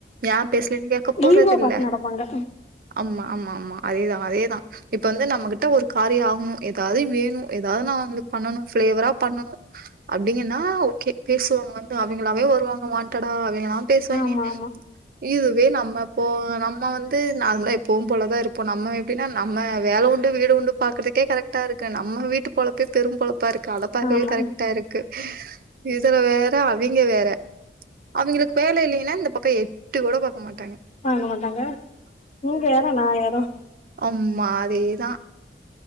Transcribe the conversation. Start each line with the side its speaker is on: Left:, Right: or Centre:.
Right: ஏ பேசலன்னு கேக்க போறதில்ல
Left: ஈகோ பாத்து நடப்பாங்க
Right: அம்ம அம்ம அம அதேதா அதேதா இப்ப வந்து நம்மகிட்ட ஒரு காரியொ ஆகணு ஏதாது வேணு ஏதாது நா வந்து பண்ணணு பிளேவரா பண்ணணு அப்டிங்கன்னா ஓகே பேசுவாங்க வந்து அவங்களாவே வருவாங்க வான்டடா அவங்களா பேசுவாங்கெ
Left: ஆமா ஆமா
Right: இதுவே நம்ம இப்போ நம்ம வந்து நார்மளா எப்பவு போலதா இருப்போ நம்ம எப்டின்னா நம்ம வேல உண்டு வீடு உண்டு பாக்றதுக்கே கரெக்டா இருக்கு நம்ம வீட்டு பொழப்பே பெரும் பொழப்பா இருக்கு அத பாக்கவே
Left: ஆமா
Right: கரட்டா இருக்கு க்கு இதுல வேற அவிங்க வேற அவங்களுக்கு வேல இல்லன்னா இந்த பக்க எட்டி கூட பாக்க மாட்டாங்க
Left: வாங்க மாட்டாங்க நீங்க யாரோ நா யாரோ
Right: அம்மா அதேதா